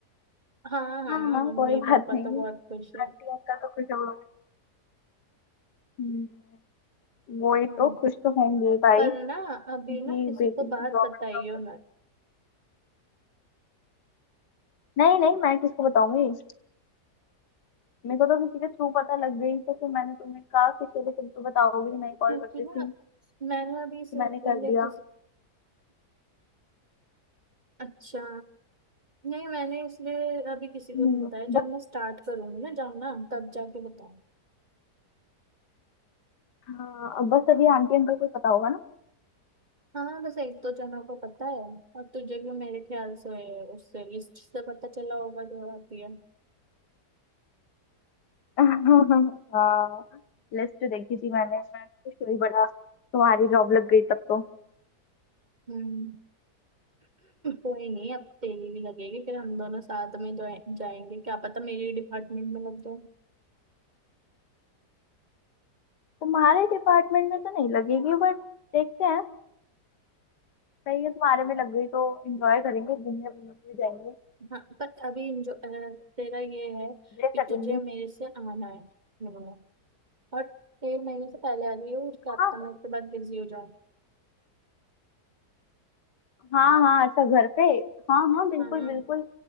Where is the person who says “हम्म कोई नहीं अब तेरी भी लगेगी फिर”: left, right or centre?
Right